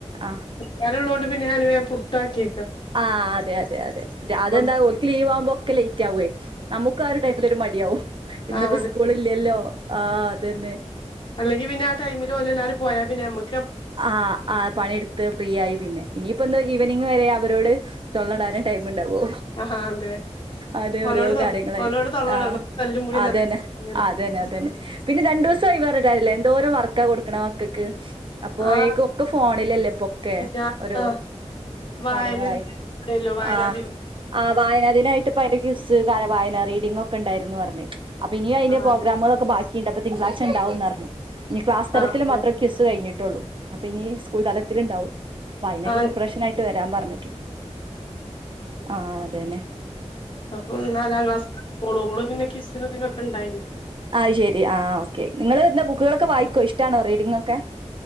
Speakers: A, on the right; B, on the left.
A: ആഹ്
B: <unintelligible> ള്ളോണ്ട് പിന്നെ ഞാന് പുട്ടാക്കിെ
A: ആ അതെ അതെ അതെ അതെന്താ
B: മ്മക്ക്
A: ഓൽക്ക് ലീവ് ആവുമ്പോ ഒക്കെ ലേറ്റ് ആവുവേ നമുക്ക് ആ ഒരു ടൈമിലൊ ര് മടിയാവും ഇന്നിപ്പോ
B: ആ അതെ
A: സ്കൂൾ ഇല്ലല്ലോ ആ തന്നെ
B: അല്ലെങ്കി പിന്നെ ആ ടൈമിൽ ഓലെല്ലാരും പോയാ പിന്നെ നമ്മ
A: ആഹ് ആ പണിയെടുത്ത് ഫ്രീ ആയി പിന്നെ ഇനിയിപ്പന്ന് ഈവനിങ് വരെ അ വരോട് തൊള്ളടാനേ ടൈമ് ഉണ്ടാവൂ
B: ആഹാ അതെ
A: അതെ ഓരോ
B: ഓലോട് തൊ
A: കാര്യങ്ങളായിട്ട്
B: ഓലോട് തൊള്ളടണം
A: ആ
B: തല്ലും പിടിം
A: അതന്നെ
B: നടക്കങ്ങനെ
A: അതന്നെ അതന്നെ പിന്നെ രണ്ടു ദൂസായി പറഞ്ഞിട്ട് കാര്യല്ലേ എന്തോരം വർക്കാ കൊടുക്കണ മക്കൾക്ക് അപ്പൊഴേക്കും
B: ആ
A: ഒക്കെ ഫോണിലല്ലേ ഇപ്പൊ ഒക്കെ
B: ഞാൻ
A: ഓരോ
B: ആ വായന
A: കാര്യങ്ങളായിട്ട്
B: ല്ലോ വായനാ
A: ആ
B: ദിനം
A: ആ വായനാ ദിനായിട്ട് ഇപ്പ അയ്ന്റെ ക്വിസ് കാല വായന റീഡിംഗ ഒക്കെ ഉണ്ടായിരുന്നുന്ന് പറഞ്ഞ് അപ്പ ഇനി അയിന്റെ
B: ആ
A: പ്രോഗ്രമുക
B: അതെ
A: ളൊക്കെ ബാ ക്കിണ്ട് അപ്പൊ തിങ്കളാഴ്ച ഉണ്ടാവുംന്നറ്ഞ്ഞു ഇനി ക്ലാസ് തരത്തില്
B: ആ അതെ
A: മാത്രം ക്വിസ് കഴിഞ്ഞ് ട്ടൊള്ളൂ അപ്പൊ ഇനി സ്കൂൾ തലത്തിലുണ്ടാവും അപ്പൊ അയിനൊക്കെ
B: ആ
A: പ്രിപ്പറേഷൻ ആയിട്ട് വരാൻ പറഞ്ഞിട്ട്ണ്ട് ആ തനെ
B: അപ്പം നാലാം ക്ലാസ്ക്കാ ഓളും ഓള് പിന്നെ കിസിനും ഇതിനൊക്കെ ഉണ്ടായി നി
A: അയ്ശരി ആ ഓക്കെ നിങ്ങള് എന്ത ബുക്കുകളൊക്കെ വാ യിക്കോ ഇഷ്ടാണോ റീഡിംങ്‌ ഒക്കെ